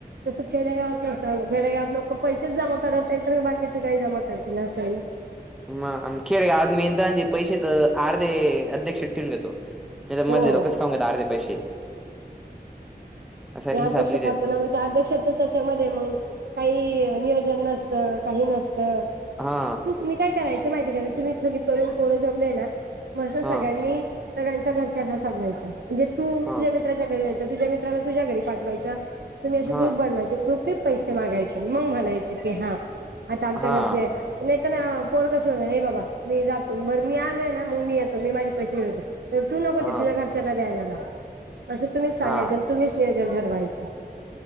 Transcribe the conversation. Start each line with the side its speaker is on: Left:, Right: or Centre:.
Right: जसं खेडेगावात नस खेडेगावात लोक पैसेच जमा करत नाही तर बाकीचे काही जमा करतील असेल.?
Centre: म खेळ आज मेंत्रणचे पैसे तर अर्धे अध्यक्ष ठेवून घेतो. नाही तर मधले
Right: हो
Centre: लोकच खाऊ घेत अर्धे पैसे. असा
Right: <unintelligible> चदक्षता
Centre: हिसाब नाही देत
Right: त्याच्यामध्येध्ये मग काही नियोजन, नसत काही नसत.
Centre: हा
Right: तू मी काय करायचं माहिती घराय तुम्ही सग तरुण पोरं जमलेय ना. मसं सगळ्यांनी
Centre: हा
Right: सगळांच्या घरच्यांना सांगायच म्हणजे तू
Centre: हा
Right: तुझ्या मित्राच्या घरी ्या मित्र त्या घरी पावाप
Centre: हा
Right: ब ते पैसे मागायचे मग म्हणायचे की हा आता आमच्या
Centre: हा
Right: घरचे. नाही तर ना पोर कसे होणार नाही बाबा मी जातो बरं मी आलोय ना मग मी येतो मी माझे पैसे घेऊन होते. तू नको
Centre: हा
Right: दे तुझ्या घरच्यां द्यायला असं तुम्हीच सांगायं
Centre: हा
Right: तुम्हीच नियोजन ठरवायचं.